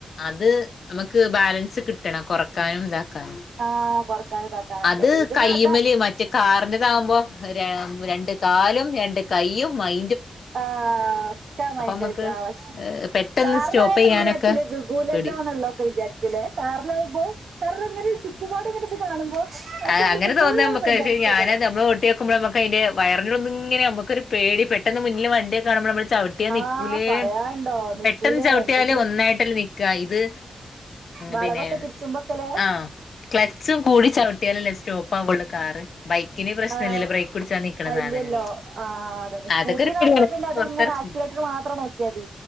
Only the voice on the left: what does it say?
അത് നമുക്ക് ബാലൻസ് കിട്ട ണം കൊറക്കാനും ഇതാക്കാനും
അത്
കയ്യ്മല്
മറ്റേ കാറിന്റെറതാകുമ്പോ രണ്ട് കാലും രണ്ട് കൈയും മൈ
നമുക്ക്
പെട്ടെന്ന്
സ്റ്റോപ്പ് ചെയ്യാനൊക്കെ
പേടി
അ
അനെ
തോന്നാ നമമ്മക്ക്
പക്ഷെ ഞാന് നമ്മള് ഓട്ടിയപ്പോ ഞമ്മക്ക് അതിന്റെ പറഞ്ഞൊന്ന ഇങ്ങനെ നമക്കൊരു പേടി പെട്ടെന്ന് മുന്നിൽ വണ്ടിയൊക്ക കാുമ്പോ നമ്മള് ചവിട്ടിയാ നിക്കൂലേ
പെട്ടന്ന് ചവിട്ടിയാലേ
ഒന്നായിട്ടല്ല നി ക്കാ ഇത്
പിന്നെ
ആ ക്ലച്ചും കൂടി ചവിട്ടിയാലല്ലേ സ്റ്റോപ്പ് ആവുള്ളൂ കാറ് ബൈക്കിന് പ്രശ്നമില്ലല്ലോ
ബ്രേക്ക് പിടിച്ചാ നിക്കണ സാധനല്ലേ
അതൊക്കെ
ഒരു പേടിയാണ്
പുറത്തിറക്കും